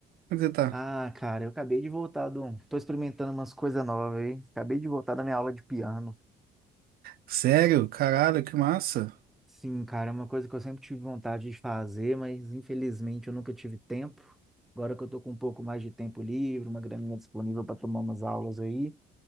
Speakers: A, on the right (about 60°); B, in the centre.
A: Como é que você tá?
B: Ah, cara, eu acabei de voltar do... um, Tô experimentando umas coisas novas aí. Acabei de voltar da minha aula de piano.
A: Sério? Caralho, que massa.
B: Sim, cara, é uma coisa que eu sempre tive vontade de fazer, mas infelizmente eu nunca tive tempo. Agora que eu tô com um pouco mais de tempo livre, uma graninha disponível para tomar umas aulas aí,